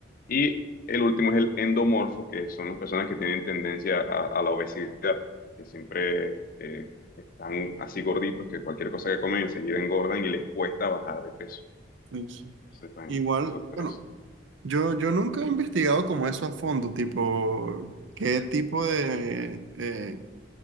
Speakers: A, on the left; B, on the right.
A: Y el último es el endomorfo, que son las personas que tienen tendencia a, a la obesidad, que siempre eh, están así gorditos, que cualquier cosa que comen enseguida engordan y les cuesta bajar de peso.
B: Sí, sí.
A: Entonces están
B: Igual,
A: esos tres.
B: bueno. Yo, yo nunca he investigado como eso a fondo, tipo, qué tipo de... eh,